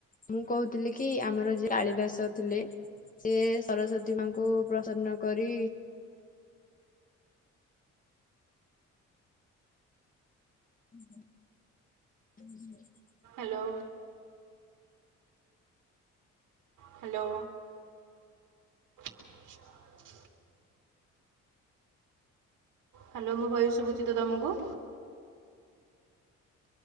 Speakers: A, on the left; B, on the right.
A: ମୁଁ କହୁଥିଲି କି ଆମର ଯେ କାଳିିଦାସ ଥିଲେ। ସେ ସରସ୍ଵତୀ ମାଙ୍କୁ ପ୍ରସନ୍ନ କରି ହୁଁ।
B: ହ୍ୟାଲୋ! ହ୍ୟାଲୋ? <inaudible> ହ୍ୟାଲୋ ମୋ ଭୟସ୍ ସୁଭୁଚିତ ତମକୁ?